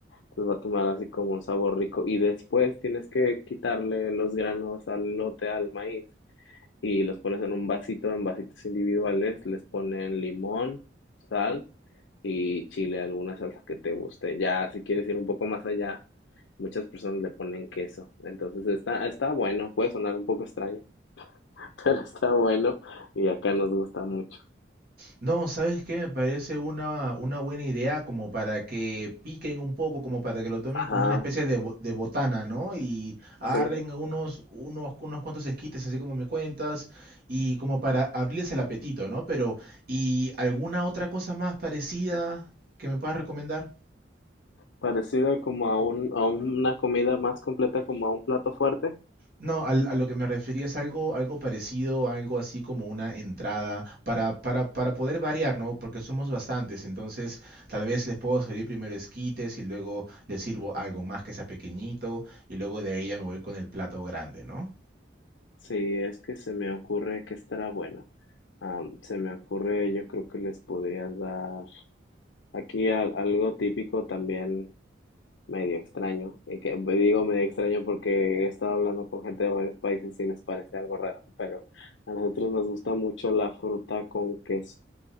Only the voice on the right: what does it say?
No, ¿sabes qué? Me parece una, una buena idea como para que piquen un poco, como para que lo tomen
como una especie de, bo- de botana, ¿no? Y agarren
unos, unos, unos cuantos esquites, así como me cuentas, y como para abrirles el apetito, ¿no? Pero, ¿y alguna otra cosa más parecida que me puedas recomendar?
No, al- a lo que me refería es algo, algo parecido, algo así como una entrada para, para, para poder variar, ¿no? Porque somos bastantes, entonces tal vez les puedo servir primero esquites y luego les sirvo algo más que sea pequeñito y luego de ahí ya me voy con el plato grande, ¿no?